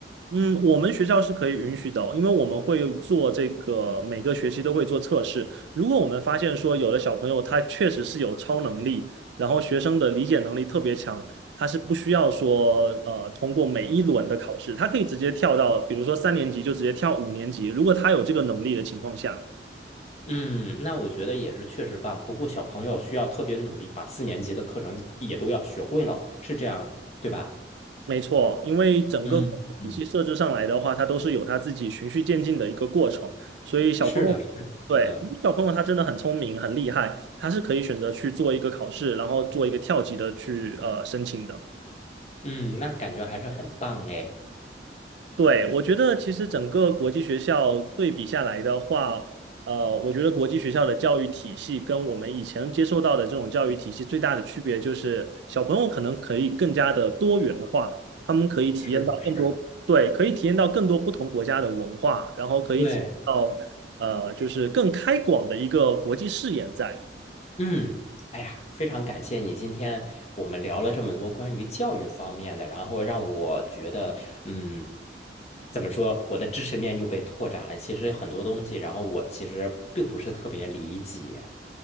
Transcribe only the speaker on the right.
嗯，我们学校是可以允许的哦因为我们会有做这个，每个学期都会做测试。如果我们发现说有的小朋友他确实是有超能力，然后学生的理解能力特别强，他是不需要说呃通过每一轮的考试，他可以直接跳到，比如说三年级就直接跳五年级，如果他有这个能力的情况下，
没错，因为整个体系设置上来的话，
它都是有它自己循序渐进的一个过程，所以小朋友，
对，
小朋友他真的很聪明，很厉害，他是可以选择去做一个考试，然后做一个跳级的去呃申请的。
对，我觉得其实整个国际学校对比下来的话，呃，我觉得国际学校的教育体系跟我们以前接受到的这种教育体系最大的区别就是，小朋友可能可以更加的多元化，他们可以体验到更多，
对，可以体验到更多不同国家的文化，然后可以体验到呃，
就是更开广的一个国际视野在。